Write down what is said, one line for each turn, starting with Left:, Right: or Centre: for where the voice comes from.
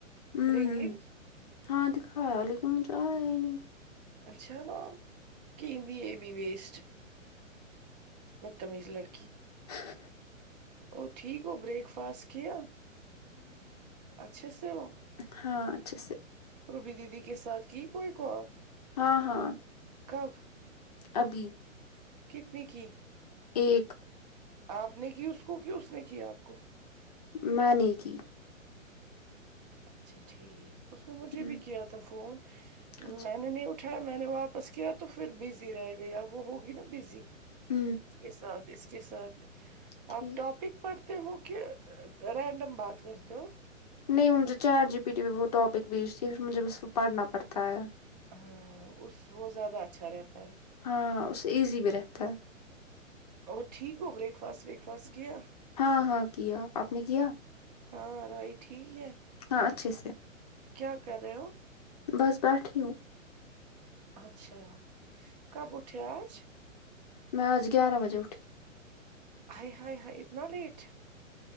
Left: ہ
Right: رنگنگ
Left: ہاں دکھا لکن جارے نہیں
Right: اچھا وہ کہ بھی یہ بھی وسٹ بدتمیز لرکی
Left: جاں
Right: ا ٹھیک ہو بریک فاسٹ کیا اچھے سے ہو
Left: ہاں اچھے سے
Right: روبی دیدی کے ساتھ کی کوئی کال
Left: ہاں ہاں
Right: کب
Left: ابھی
Right: کتنی کی
Left: ایک
Right: آپ نے کی اس کو کی اس نے کی آپ کو
Left: میں نے کی
Right: اچھا ٹھیک اس نے مجھے
Left: ہ
Right: بھی کیا تھا فون
Left: اچھا
Right: میں نے نہیں اٹھایا میں نے واپس کیا تو پھر بزی رہ گیا وہ ہوگی نا بزی
Left: ہ
Right: اس کے ساتھ اس کے ساتھ
Left: ٹھیک
Right: آپ ٹاپک پڑھتے ہو کہ رینڈم بات کرتے ہو
Left: نہیں وہ مجھے چاٹ جی پی ٹی وہ ٹاپک بیجتی ہے پھر مجھے بس پڑھنا پڑتا ہے
Right: ہاں اس وہ زیادہ اچھا رہتا ہے
Left: ہاں اس سے ایزی بھی رہتا ہے
Right: اور ٹھیک ہو بریک فاسٹ ویک فاسٹ کیا
Left: ہاں ہاں کیا آپ نے کیا
Right: ہاں رائی ٹھیک ہے
Left: ہاں اچھے سے
Right: کیا کر رہے ہو
Left: بس بیٹھی ہوں
Right: اچھا کب اٹھے آج
Left: میں آج گیارہ بجے اٹھی
Right: ہائے ہائے ہائے اتنا لیٹ